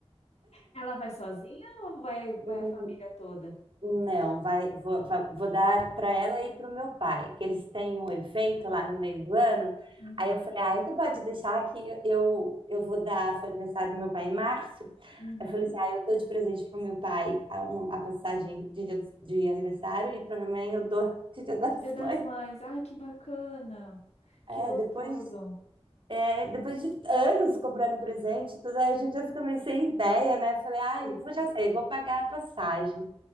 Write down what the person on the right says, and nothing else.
<laughs>
Não, vai, vou, va- vou dar para ela e para o meu pai, que eles têm um evento lá no meio do ano.
Aí eu falei, ah, então pode deixar que eu, eu eu vou dar, foi aniversário do meu pai em março.
Aí eu falei assim, ah, eu dou de presente para o meu pai a, uma- a passagem de, dia dos- de aniversário e para minha mãe eu dou <laughs> de Dia das
Mães.
É,
depois, é, depois de anos comprando presente, e tudo aí a gente já fica meio sem ideia, né? Eu Falei, ah,
eu vou, já sei, vou pagar a passagem.